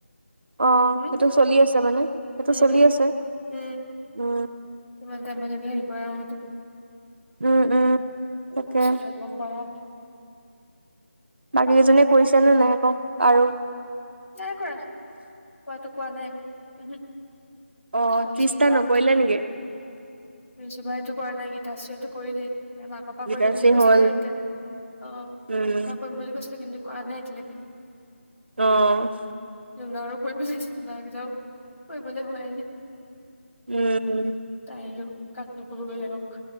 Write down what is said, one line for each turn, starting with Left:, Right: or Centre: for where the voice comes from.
Right: অঁ,
Left: হম
Right: সেইটো চলি আছে মানে সেইটো
Left: উম,
Right: চলি আছে
Left: উম,
Right: উম!
Left: কিমান টাইমৰ লৈকে হেই কৰে আও সেইটো।
Right: উম উম
Left: উম
Right: তাকে
Left: পিছতহে গম পাম আও
Right: বাকী কেইজনীয়ে কৰিছে নে নায় আকৌ আৰু
Left: নাই কৰা কোৱাটো কোৱা নাই উহু
Right: অঁ,
Left: কল
Right: ত্ৰিশটা
Left: চল কৰা
Right: নকৰিলে
Left: কথা
Right: নেকি?
Left: ৰিজুবাইটো কৰা নাই এইকিতা আছেটো কৰিলেই। নে মাক পা
Right: গীতাশ্ৰী
Left: কৰিম বুলি কৈছিলে
Right: হ'ল
Left: এতিয়া অঁ
Right: উম
Left: মাকপা কৰিম বুলি কৈছিলে কিন্তু কৰা নাই এতিয়ালৈকে।
Right: অঁ
Left: লোনাৰো কৰি‌ পেলাইছিলো না কেইটাও কৰিবলে হোৱাই নাই
Right: উম উম
Left: তাইৰো কাক নো কব বেলেগক